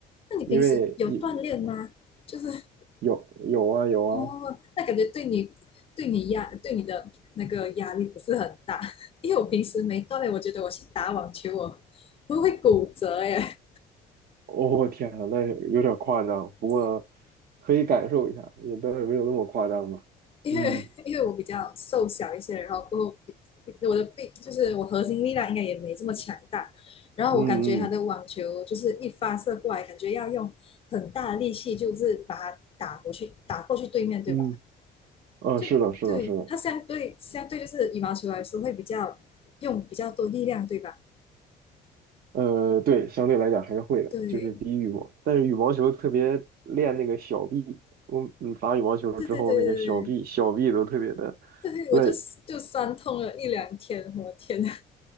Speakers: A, on the left; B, on the right.
A: 那你平时有锻炼吗？
B: 因为你
A: 就是
B: 有有啊有啊，
A: 哦，那感觉对你对你压对你的那个压力不是很大，<laughs> 因为我平时没锻炼，我觉得我去打网球我我会骨折耶，
B: 哦，天呐，那有点夸张，不过
A: <laughs>
B: 可以感受一下，也倒也没有那么夸张吧。
A: 因为因为我比较瘦小一些，
B: 嗯
A: 然后过后我的臂就是我核心力量应该也没这么强大，然后我感觉他的网球就是一发射过来，
B: 嗯嗯
A: 感觉要用很大的力气，就是把它打过去，打过去对面，对吧？
B: 嗯，呃，
A: 就对，
B: 是的，是的，是的，
A: 它相对相对就是羽毛球来说会比较用比较多力量，对吧？
B: 呃，对，相对来讲还是会的，
A: 对
B: 就是比羽毛，但是羽毛球特别练那个小臂，我嗯打羽毛球之后那个小臂小臂都特别的
A: 对对对对对，对我就就酸痛了一两天，
B: 累。
A: 我天呐，